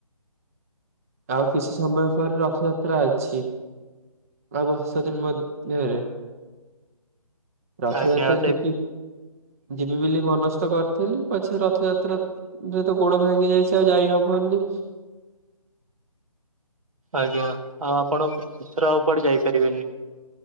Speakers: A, on the right; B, on the right.
A: ଆଉ କିଛି ସମୟ ପରେ ରଥଯାତ୍ରା ଅଛି। ଆଉ ଦଶ ଦିନ ମଧ୍ୟଧ୍ୟ ରେ। ରଥଯାତ୍ରା
B: ଆଜ୍ଞା ସେ
A: ଯିବି ଯିବି ବୋଲି ମନସ୍ଥ କରିଥିଲି ପଛେ ରଥଯାତ୍ରା ଯେ ତ ଗୋଡ ଭାଙ୍ଗି ଯାଇଛି ଆଉ ଯାଇ ହବନି
B: ଆଜ୍ଞା ଆଉ ଆପଣ ଏଥର ଆଉ କୁଆଡେ ଯାଇପାରିବେନି?